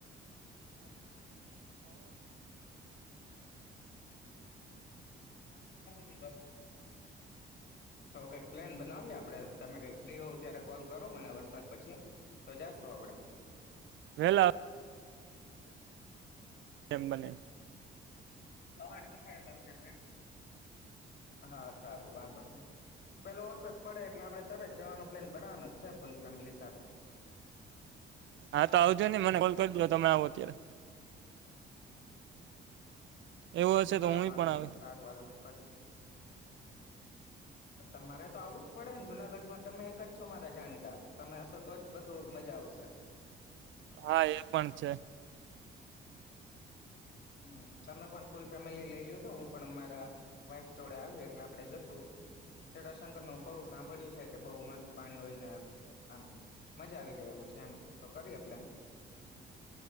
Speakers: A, on the left; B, on the right.
A: <inaudible> દિવા, તો કઈક પ્લાન બનાવી આપડે તમે કઈક્રી હો ત્યારે કોલ, કરો મને વરસાદ પછી, તો જાશું આપડા
B: વેલાજ એમ બને
A: અવાજ, કપાય તારો કે હા, સારુ વાંધો ત પેલો વરસા જ પડે એટલે આપણે તરત જવાનો પ્લાન બનાવાનો જ છે, ફૂલ ફેમિલી સાથે
B: હા, તો આવજો ને મને કોલ કરજો તમે આવો અત્યારે એવું હશે
A: હા,
B: તો હું
A: વાંધો
B: પણ આવે
A: નઈિ સારુ હલ હુ, કરુ તમારે તો આવું જ પડે ને જુનાગઢમાં તમે એક જ છો, મારા જાણીતા તમે હશો, તો જ બધું મજા આવશે
B: હા, એ પણ છે.
A: હ, તમે પણ ફૂલ ફેમિલી લઈ લ્યો છો. હુ પણ મારા વાઈફ જોડે આવ એટલે આપડે જશું જડાાશંકર ન બહુ સાંભળ્યું છે, કે બહુ મસ્ત પાણી હોયને આમ મજા આવી જાય એવું છે, એમ તો કરીએ પ્લેન